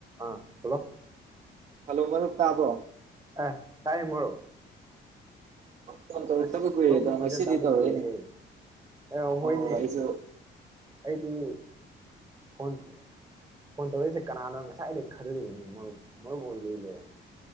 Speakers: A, on the right; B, on the right.
A: ꯑꯥ hello
B: hello ꯃꯔꯨꯞ ꯇꯥꯕ꯭ꯔꯣ
A: ꯑ ꯇꯥꯏꯌꯦ ꯃꯔꯨꯞ
B: ꯐꯣꯟ ꯇꯧꯔꯛꯇꯕ
A: ꯑꯁ
B: ꯀꯨꯏꯔꯦꯗ
A: ꯃꯔꯨꯞꯀꯤ
B: ꯉꯁꯤꯗꯤ
A: ꯈꯣꯟꯖꯦꯜ ꯇꯥꯗꯕ
B: ꯇꯧꯔꯛꯏꯅꯦ
A: ꯀꯨꯏꯔꯦꯍꯦ <unintelligible>
B: ꯑꯧ
A: ꯍꯣꯏꯅꯦ
B: ꯑꯩꯁꯨ
A: ꯑꯩꯗꯤ ꯐꯣꯟ ꯐꯣꯟ ꯇꯧꯔꯛꯏꯁꯦ ꯀꯅꯥꯅꯣ ꯉꯁꯥꯏꯗꯩ ꯈꯜꯂꯨꯔꯝꯅꯤ ꯃꯔꯨꯞ ꯃꯔꯨꯞ ꯑꯣꯏ ꯂꯤꯂꯩꯔꯝꯃꯦ